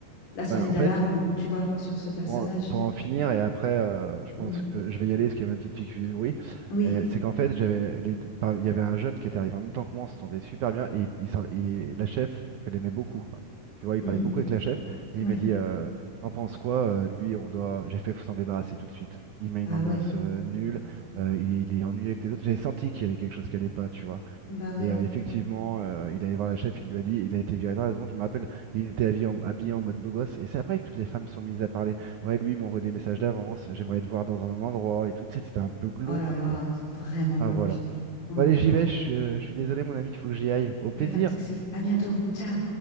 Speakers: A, on the left; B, on the right.
A: la sonnette
B: Ben, en
A: d'alarme,
B: fait,
A: tu vois, sur ce personnage.
B: Pour en, pour en finir, et après, euh, je pense
A: Mm.
B: que je vais y aller, parce qu'il y a ma petite fille qui oui.
A: Oui,
B: Et C'est qu'en fait, j'avais les- par- il y avait un jeune qui était arrivé en même temps que moi, on s'entendait super bien, et, il s'en- et la chef, elle l'aimait beaucoup. hein. Tu vois, il
A: Mm,
B: parlait
A: mm.
B: beaucoup avec la chef, et
A: Ouais,
B: il m'a dit, euh, t'en penses quoi? euh, de lui, on doit, j'ai fait, faut s'en débarrasser tout de suite. Il met une
A: ah
B: ambiance
A: ouais,
B: euh, nulle, euh, il, il est ennuyé avec les autres. J'avais senti qu'il y avait quelque chose qui allait pas, tu vois.
A: bah ouais.
B: Et euh, effectivement, euh, il allé voir le chef, il lui a dit, il a été viré dans la seconde, je me rappelle, il était habillé en, habillé en mode beau gosse, et c'est après que toutes les femmes sont mises à parler. Ouais, lui, il m'envoie des messages d'avance, j'aimerais te voir dans un endroit, et tout, tu sais, c'était un peu glauque,
A: Oh là là,
B: quoi.
A: c'est vraiment glauque.
B: Enfin, voilà.
A: Hum,
B: Bon, allez, j'y
A: Bon,
B: vais, je, je suis désolé, mon ami, il faut que j'y aille. Au plaisir!
A: il n'y a pas de souci. À bientôt, ciao.